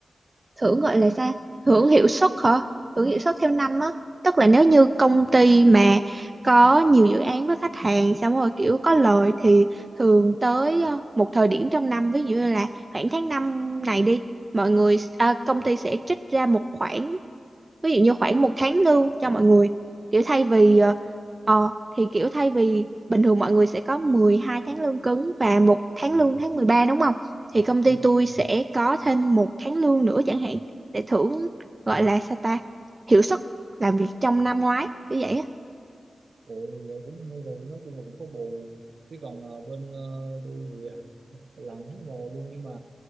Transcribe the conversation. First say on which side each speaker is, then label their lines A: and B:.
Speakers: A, on the right; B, on the right.
A: thưởng gọi là sao hưởng hiệu suất hả hưởng hiệu suất theo năm á tức là nếu như công ty mà có nhiều dự án với khách hàng xong rồi kiểu có lời thì thường tới ờ, một thời điểm trong năm ví dụ như là khoảng tháng 5 này đi mọi người à, công ty sẽ trích ra một khoản ví dụ như khoảng một tháng lương cho mọi người kiểu thay vì
B: Ồ,
A: ờ ờ, thì kiểu thay vì bình thường mọi người sẽ có 12 tháng lương cứng và một tháng lương tháng 13 đúng không thì công ty
B: ừ.
A: tôi sẽ có thêm một tháng lương nữa chẳng hạn để thưởng gọi là sao ta hiệu suất làm việc trong năm ngoái kiểu vậy á
B: Ồ, vậy cũng hay rồi, nói chung là cũng có bù. Chứ còn ờ, bên ờ, tôi thì làm thấy mồ luôn nhưng mà